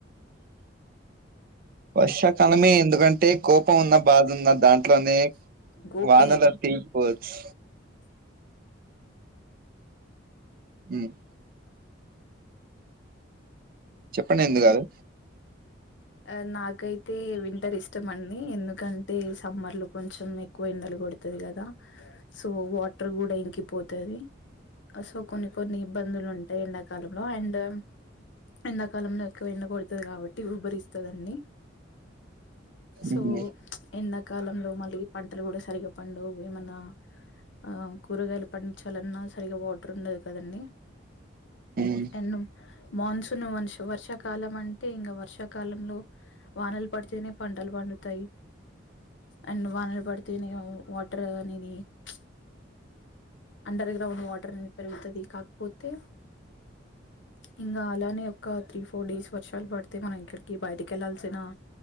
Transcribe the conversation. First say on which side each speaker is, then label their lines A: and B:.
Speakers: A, on the right; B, on the left.
A: వర్షా కాలమే ఎందుకన్ అంటే కోపం ఉన్న బాధ ఉన్న దాంట్లోనే
B: గోపి
A: వానల తీరిపోవచ్చు ఉమ్ చెప్పండి ఇందు గారు
B: ఆ నాకైతే వింటర్ ఇస్టం అండి ఎందుకంటే సమ్మర్ లో కొంచెం ఎక్కువ ఎండలు కొడుతది కదా సో వాటర్ గూడ ఇంకిపోతది సో కొన్ని కొన్ని ఇబ్బందులుంటాయి ఎండాకాలంలో అండ్ ఎండాకాలంలో ఎక్కువ ఎండ కొడతది కాబట్టి ఉహ్బరిస్తదండి సో
A: ఉహు
B: ప్చ్ ఎండాకాలంలో మళ్ళీ పంటలు కూడా సరిగా పండవు ఏమన్నా ఆ కూరగాయలు పండించాలన్నా సరిగా వాటర్ ఉండద్ కదండి
A: ఉ
B: ఎన్నుం మాన్సూన్ వన్స్ వర్షకాలం అంటే ఇంగ వర్షాకాలంలో వానలు పడితేనే పంటలు పండుతాయి అండ్ వానలు పడ్ తేనె వాటర్ అనేది ప్చ్ అండర్ గ్రౌండ్ వాటర్ అనెది పెరుగుతది కాకపోత్ తె ఇంగా అలానే ఒక త్రీ ఫోర్ డేస్ వర్షాలు పడితే మనం ఎక్కడికి బయటికెళ్లాల్సిన